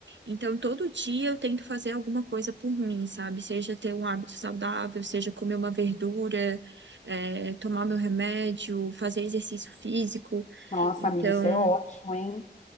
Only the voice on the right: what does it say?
Então, todo dia eu tento fazer alguma coisa por mim, sabe? Seja ter um hábito saudável, seja comer uma verdura, eh, tomar meu remédio, fazer exercício físico.
Então,